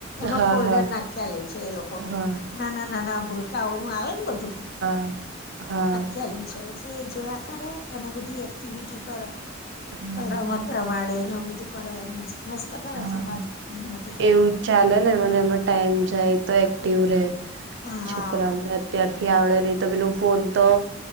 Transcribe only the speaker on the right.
હા
હા
હા
હ હા.
હમ
હા
એવું ચાલે ને મને એમાં ટાઈમ જાય તો એક્ટિવ રેહ
છોકરાને અત્યારથી આવડે નહી તો પેલું ફોન તો